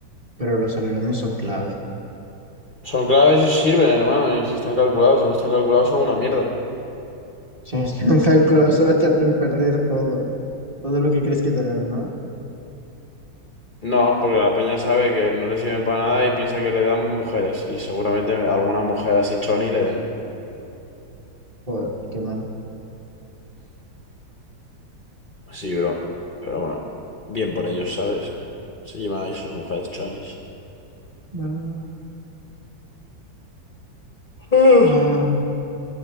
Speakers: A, on the right (about 30°); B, on the left (about 65°).
A: Pero los alerones son clave.
B: son claves y sirven, hermano, y si están calculados, si no están calculados son una mierda.
A: <laughs> Si no están calculados, solo te hacen perder todo. Todo lo que crees que te dan, ¿no?
B: No, porque la peña sabe que no le sirven para nada y piensa que le dan mujeres. Y seguramente alguna mujer así choni le den.
A: Joder, qué mal.
B: Sí, bro. Pero bueno, bien por ellos, ¿sabes? Se llevan ahí sus mujeres chonis. <sighs>
A: Ah,
B: Ah.
A: ah,